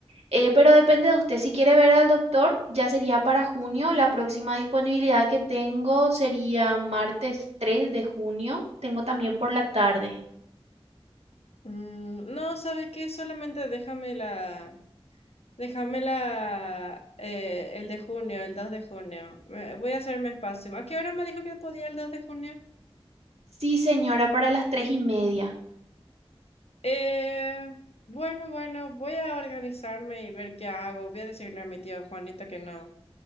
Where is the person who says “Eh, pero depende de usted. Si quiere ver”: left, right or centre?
Right